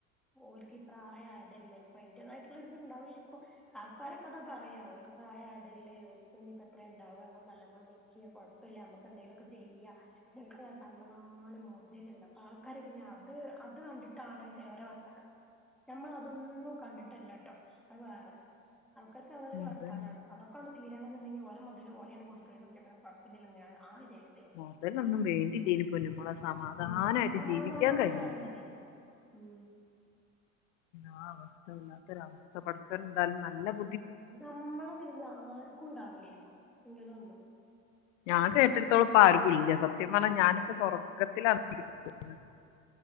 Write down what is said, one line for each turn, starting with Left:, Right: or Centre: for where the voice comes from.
Centre: ഒലിക്ക് പ്രായയാലോ അല്ലെ അപ്പോ അയിന്റതായിട്ട്- ഇണ്ടാവായിരിക്കും ആൾക്കാരു - കഥ പറയാ ഒരു പ്രായയതല്ലേ ഒരുഇനീപ്പോ എത്ര ഉണ്ടാവുക നല്ലപോലെ നിക്ക് കുഴപ്പമില്ല നമക്ക് എന്തെങ്കിലൊക്കെ ചെയ്യാം പിന്നെ കണ്ടമാനം <unintelligible> അപ്പൊ ആൾക്കാര് പിന്നെ അത് അത് കണ്ടിട്ടാണ് ചിലവര വർത്തനം നമ്മൾ- അതൊന്നും കണ്ടിട്ടല്ലട്ടോ അത് വേറെ- ആൾക്കാർക്ക് അങ്ങനെ ഒരു
Left: മൊബൈൽ
Centre: വാർത്താനാണ് അതൊക്കെ അങ്ങോട്ട് തീരാണെങ്കി ഒരാമക്കള് ഒരുപോലെ അങ്ങ് കൊടുത്ത് ഒഴിവാക്കിയാൽ കുഴപ്പം ഇല്ലാലോ ഞാൻ വിചാരി-
Left: മൊതലൊന്നും വേണ്ടില്ലേന്നു പൊന്നു മോളെ സമാധാനായിട്ട്
Centre: ആ സമാധാനാണ്
Left: ജീവിക്കാ കഴിഞ്ഞ്
Centre: വേണ്ടത്
Left: ന്ന്
Centre: ഉം
Left: ആ അവസ്ഥ വല്ലാത്തൊരു അവസ്ഥ പഠിച്ചാൽ എന്തായാലും നല്ല ബു
Centre: നമ്മൾ അറിയുന്ന ആർക്കും ഉണ്ടാവില്ലേരിക്കും ഇങ്ങനൊന്നും.
Left: ഞാൻ കെട്ടിടത്തോളം ഇപ്പം ആർക്കും ഇല്ല സത്യം പറഞ്ഞാൽ ഞാൻ ഇപ്പൊ സ്വർഗത്തിലാണെന്ന എനിക്ക് തോന്നുന്നേ.